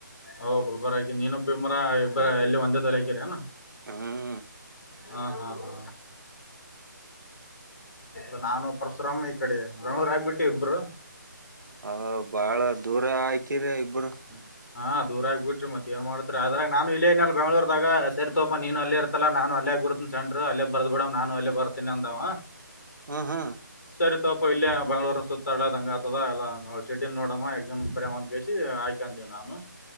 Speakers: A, on the left; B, on the right.
A: ಅವ ಗುಲ್ಬರ ಹಾಕ್ಯನ ನೀನ ಬಿಮ್ಮರ ಇಬ್ಬರ ಎಲ್ಲಿ ಒಂದೇ ತಲೆ ಹಾಕಿರಿ ಅನಾ.
B: ಹ್ಮ
A: ಹಾ ಹಾ ಹಾ ಅ ನಾನು ಪರಶುರಮ್ಮ ಈ ಕಡೆ ಬೆಣೂರ ಆಗ್ಬಿಟ್ಟು ಇಬ್ಬರು.
B: ಹ ಬಾಳ ದೂರ ಆಕಿರಿ ಇಬ್ಬರು.
A: ಹ್ಮ ಹಾ ದೂರಗಿ ಬಿಟ್ರಿ ಮತ್ತ ಏನ ಮಾಡತರಿ ಅದ್ರ ನಾನು ಇಲ್ಲೇನ ಬೆಂಗಳೂರದಾಗ ಸರಿ ತೋಪ್ಪ ನೀನು ಅಲ್ಲ ಇರತಲ್ಲ ನಾನು ಅಲ್ಲ ಹಾಕ ಬರತ್ತೆ. ಸಂಟರ್ ಅಲ್ಲೇ ಬರ್ದ ಬಿಡವ ನಾನು ಅಲ್ಲ ಬರ್ತೀನ ಅಂದವ.
B: ಹ್ಮ ಹ್ಮ
A: ಸರಿ ತೋಪ ಇಲ್ಲೇ ಬಂಗಳೂರ ಸುತ್ತಾಡದ ಹಂಗ ಆತದ ಎಲ್ಲ ನೋಡ್ ಚಟಿನ್ ನೋಡಮ್ಮ ಎಕ್ಸಾಮ್ ಬರ್ಯವ ಅಂದ ಕಸಿ ಆಯ್ಕ ಅಂತೀವ ನಾನು.